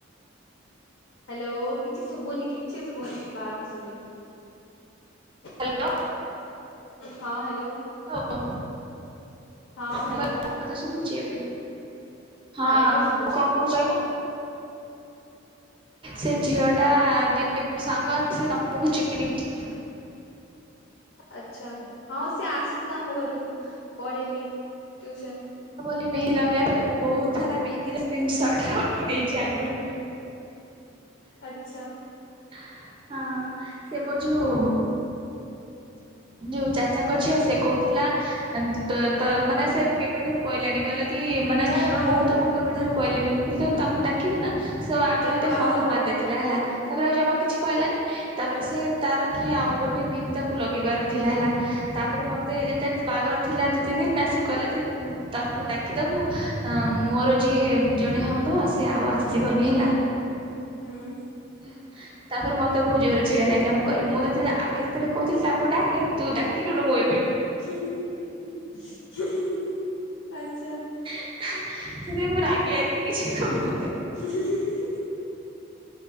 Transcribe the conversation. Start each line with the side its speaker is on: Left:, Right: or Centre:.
Left: ହାଲୋ କିଛି ଶୁଭୁନି କିଛି ଶୁଭୁନି ବାହାରକୁ ଆସିନ୍ତୁ ଟିକେ।
Right: ହାଲୋ।
Left: ହଁ ହାଲୋ।
Right: ହଁ।
Left: ହଁ
Right: ଆମ
Left: ହ୍ୟାଲୋ
Right: ପା କଥା ସଭୁଛି ଏବେ? ହଁ
Left: ଏବେ
Right: ମୁଁ
Left: ଶୁଭୁଛି
Right: କଣ କହୁଚି କହିଲ? ସେ ଝିଅ ଟା ଯେ ତ ସାଙ୍ଗ ଆସି ତମକୁ ଚିହ୍ନିଛି।
Left: ଆଚ୍ଛା ହଁ ସେ ଆସୁଥିଲା ଆମ ଘରକୁ ପଢିବା ପାଇଁ ଟିଉସନ।
Right: ମେହୀ ଲଗେଇବା ପାଇଁ ମୁଁ ବହୁତ ସାରା ମେହନ୍ଦୀ ସ୍କ୍ରିିନସଟ ରଖିଦେଇଛି ଆଗରୁ।
Left: ଆଚ୍ଛା।
Right: <inaudible> ହଁ ସେ ମୋ ଯୋଉ ଯୋଉ ଚାଚାଙ୍କ ଝିଅ ସେ କହୁଥିଲା ତ ତ ମାନେ ସେ କେବେଠାରୁ କହିଲାଣି କହିଲେ ମାନେ
Left: ଯାହାର ବାହାଘର
Right: ମୁଁ
Left: ହବ
Right: ତାଙ୍କୁ କେବେଠାରୁ କହିଲିିନି ମୁଁ କିନ୍ତୁ ତାଙ୍କୁ ଡାକିବି ନା? ସେ ଆଗେ
Left: ଯାହାର
Right: ମତେ
Left: ବାହାଘର
Right: ହଁ
Left: ହବ
Right: ମାରିଦେଇଥିଲା ହେଲା। ତାପରେ ଆଉ ଜମା କିଛି କହିଲାନି ତାପରେ ସେ ତାର କି ଆଉ ଗୋଟେ ମେହେନ୍ଦୀ ତାକୁ ଲଗେଇବାର ଥିଲା ହେଲା। ତାପରେ ମତେ ଯେତେବେଳେ ବାହାଘର ଥିଲା ଦି ତିନି ଦିନ ନାସିକ କିଲ ତାକୁ ଡାକିଦବୁ ମୋର ଯିଏ ଜଣେ ହବ ସେ ଆଉ ଆସିବନି ହେଲା।
Left: ହୁଁ।
Right: ହଁ ତାପରେ ମତେ ବହୁତ ଜୋର୍ ରେ ଚିଡା ଲାଗିଲା। ମୁଁ କହିଲି ମୁଁ ତ ଆଗେ ଯେତେବେଳେ କହୁଥିଲି ତାଙ୍କୁ ଡାକେ ତୁ ଡାକିଲୁନୁ ମୁଁ ଏ
Left: ହୁ ଉଁ ହୁଁ ହୁଁ ହୁଁ ହୁଁ ଆଚ୍ଛା।
Right: ସେଥିପାଇଁ ମୁଁ ରାଗି ଯାଇଥିଲି କିଛି କହୁନଥିଲି।
Left: ହୁଁ ହୁଁ ହୁଁ।